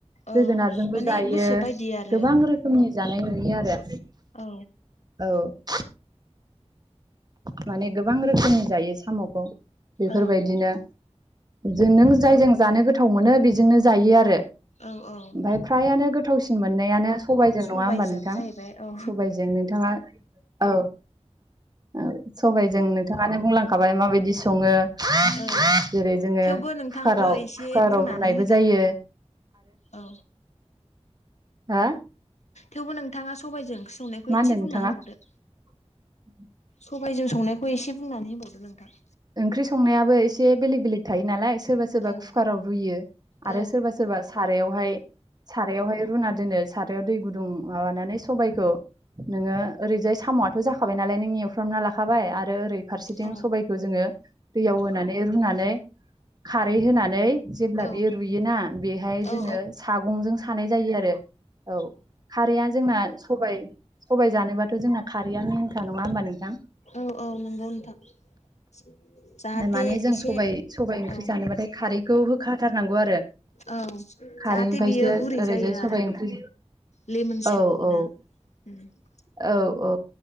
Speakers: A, on the left (about 85°); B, on the right (about 35°).
A: औ
B: जोगोनारजोंबो
A: माने
B: जायो
A: गोसो बायदि आरो
B: गोबां रो खोमनि जानाय नुयो आरो।
A: औ।
B: औ। माने गोबां रोखोमनि जायो साम'खौ बेफोरबायदिनो।
A: औ
B: जों नों जायजों जानो गोथाव मोनो बेजोंनो जायो आरो। ओमफाय
A: औ औ
B: फ्रायानो गोथावसिन मोननायानो सबायाइजों
A: सबायजों
B: नङा होमबा नोंथां?
A: जाहैबाय औ
B: सबायजों नोंथाङा औ। औ सबायजों नोंथाङानो बुंलांखाबाय माबायदि सङो जेरै
A: औ
B: जोङो
A: थेवबो नोंथाङाबो
B: कुकाराव
A: एसे
B: कुकाराव
A: बुंनानै
B: रुनायबो
A: होदो
B: जायो।
A: औ।
B: हा
A: थेवबो नोंथाङा सबबायजों ओंख्रि संनायखौ
B: मा
A: एसे
B: होनदों नोंथाङा
A: बुंना होबावदो
B: <unintelligible>
A: सबायजों संनायखौ एसे बुंनानै होबावदो नोंथां।
B: ओंख्रि संनायाबो एसे बेलेग बेलेग थायो नालाय सोरबा सोरबा
A: औ
B: कुकाराव रुयो आरो
A: औ
B: सोरबा सोरबा सारायावहाय सारायावहाय रुना दोनो सारायाव दै गुदुं माबानानै सबायाइखौ नोङो ओरैजाय साम'आथ' जाखाबाय नालाय नों एवफ्रामना लाखाबाय आरो ओरै फारसेथिं
A: औ
B: सबायखौ जोङो दैयाव होनानै रुनानै खारै होनानै जेब्ला
A: औ
B: बेयो रुयोना बेहाय
A: औ
B: जोङो सागंजों सानाय जायो आरो औ खारैआ जोंना सबायाइ सबाय जानोबाथ' जोंना खारैया मेनखा नङा होमबा नोंथां
A: औ औ नंगौ नोंथां। <inaudible>
B: माने जों
A: एसे
B: सबाइ सबायाइ ओंख्रि
A: औ
B: जानोबाथाय खारैखौ होखाथारनांगौ आरो
A: औ
B: खारैनिफ्रायसो
A: जाहाथे बेयो गुरै
B: ओरैजाय
A: जायो
B: सबाइ
A: आरो
B: ओंख्रि
A: लेमोनस्लुनो
B: औ औ
A: उम
B: औ औ